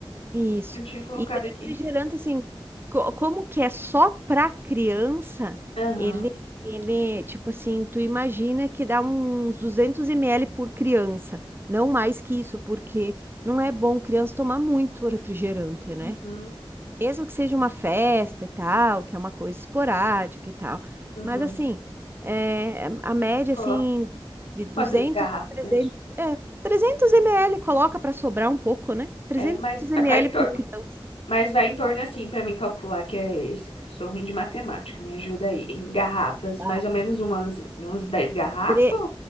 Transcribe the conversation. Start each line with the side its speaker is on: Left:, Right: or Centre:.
Right: Isso.
Left: Não tinha colocado
Right: E refrigerante,
Left: aqui.
Right: assim, co- como que é só para criança,
Left: Aham.
Right: ele, ele, tipo assim, tu imagina que dá uns duzentos ml por criança, não mais que isso, porque não é bom criança tomar muito refrigerante, né?
Left: Uhum.
Right: Mesmo que seja uma festa e tal, que é uma coisa esporádica e tal.
Left: Uhum.
Right: Mas, assim, é, é, a média,
Left: Coloca.
Right: assim, de 200
Left: Quantas garrafas
Right: a 300...
Left: você acha?
Right: É, 300 ml, coloca para sobrar um pouco, né? 300
Left: É, mas
Right: ml
Left: vai em torno
Right: por criança.
Left: Mas vai em torno assim pra mim calcular que é esse. Sou ruim de matemática, me ajuda aí. Em garrafas,
Right: Vai.
Left: mais ou menos umas, uns dez garrafas?
Right: Tre-